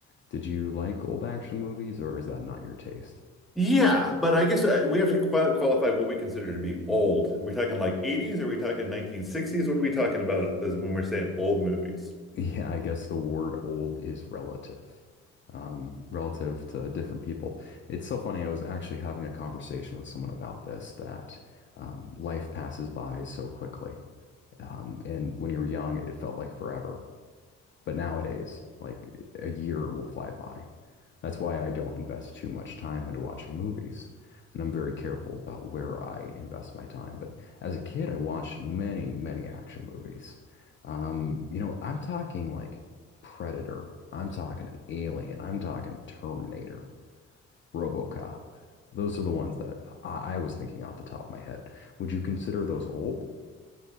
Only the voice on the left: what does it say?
Did you like old action movies, or is that not your taste? <laughs>
Yeah, I guess the word old is relative, um, relative to different people. It's so funny. I was actually having a conversation with someone about this that um, life passes by so quickly. Um, and when you're young, it felt like forever. But nowadays, like a year will fly by. That's why I don't invest too much time into watching movies. And I'm very careful about where I invest my time. But as a kid, I watched many, many action movies. Um, you know, I'm talking like Predator, I'm talking Alien, I'm talking Terminator, RoboCop. Those are the ones that I I was thinking off the top of my head. Would you consider those old?